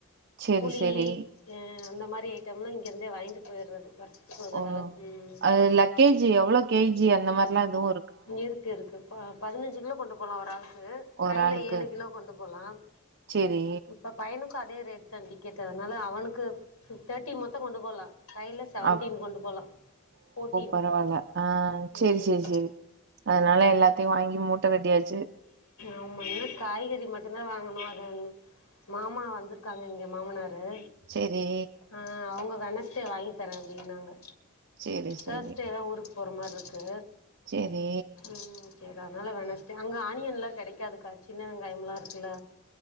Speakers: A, on the right; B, on the left.
A: சேரி
B: புளி
A: சேரி
B: ஆ இந்த மாரி ஐட்டம்லா இங்க இருந்தே வாங்கிட்டு போயிறது வருஷத்துக்கு ஒருதடவ
A: ஓ
B: ம்
A: அது லக்கேஜ் எவ்ளோ கேஜி அந்த மாரிலா எதுவும்
B: இருக்கு இருக்கு ம் பதினஞ்சு கிலோ கொண்டுபோன ஒரு ஆள் து
A: ஒரு
B: கைல
A: ஆளுக்கு
B: ஏழு கிலோ கொண்டுபோலாம்
A: சேரி
B: இப்போ பைனு உனக்கு அதே ரேட்தா டிக்கெட்டு அதனால அவனுக்கு தேட்டி மொத்தோ கொண்டு போலா கைல செவன்டீன்
A: அப்போ
B: கொண்டு போலா ஃபோட்டீன்
A: பரவால்ல ஆ
B: ம்
A: சேரி சேரி சேரி அதனால எல்லாத்தையு வாங்கி மூட்ட கட்டியாச்சு
B: ஆமா என்ன காய்கறி மட்டுந் தா வாங்கணு அத மாமா வந்துருக்காங்க எங்க மாமனார் ரு
A: சேரி
B: ஆ அவுங்க வெனஸ் டே வாங்கி தர அப்டின்னாங்க
A: சேரி சேரி
B: தேர்ஸ்டே தா ஊருக்கு போற மார் இருக்கு
A: சேரி
B: ம் சேரி அதனால வெனஸ்ட்டே அங்க ஆனியன்லா கெடைக்காதுக்கா சின்ன வெங்காயம்லா இருக்குல்ல